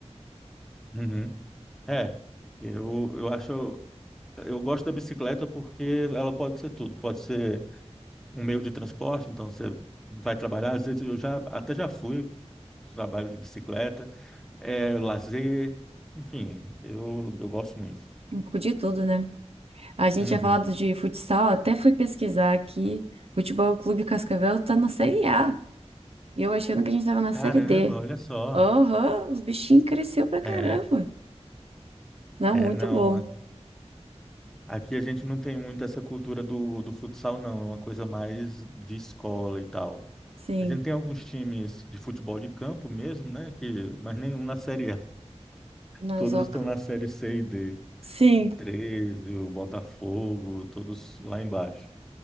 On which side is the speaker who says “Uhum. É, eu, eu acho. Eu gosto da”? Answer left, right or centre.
Centre